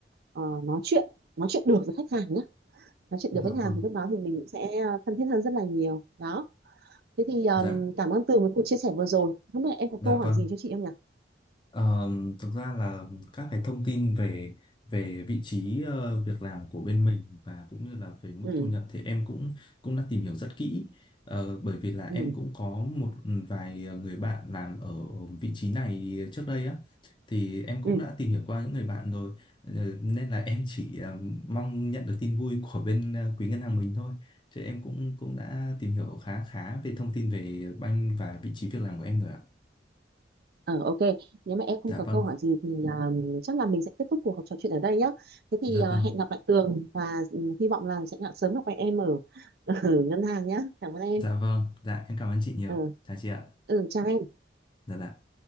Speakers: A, on the right; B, on the left.
A: à, nói chuyện nói chuyện được với khách hàng ấy nói chuyện
B: dạ
A: được với khách
B: vâng
A: hàng thì lúc đó thì mình sẽ ờ, thân thiết hơn rất là nhiều đó thế thì um,
B: dạ vâng,
A: cảm ơn Tường với cuộc chia sẻ vừa rồi không biết là em có
B: dạ
A: câu hỏi
B: vâng
A: gì cho chị em nhỉ
B: Ờ, thực ra là các cái thông tin về về vị trí ờ, việc làm của bên mình và cũng như là về mức
A: ừ
B: thu nhập thì em cũng cũng đã tìm hiểu rất kỹ Ờ, bởi vì là em
A: ừ
B: cũng có một vài người bạn làm ở vị trí này trước đây á thì em cũng
A: ừ
B: đã tìm hiểu qua những người bạn rồi Ờ, nên là em chỉ ờ, mong nhận được tin vui của bên ờ, quý ngân hàng mình thôi chứ em cũng cũng đã tìm hiểu khá khá về thông tin về banh và vị trí việc làm của em rồi ạ.
A: ờ ok nếu mà em không
B: Dạ
A: có câu
B: vâng,
A: hỏi gì thì um, chắc là mình sẽ kết thúc cuộc trò chuyện ở đây nhé thế thì
B: dạ vâng.
A: uh, hẹn gặp lại Tường và um, hy vọng là sẽ gặp sớm gặp lại em ở, <laughs> ở ngân hàng nhé cảm ơn em
B: Dạ vâng, dạ em cảm ơn chị nhiều.
A: ừ,
B: Chào chị ạ.
A: ừ chào em
B: Dạ dạ.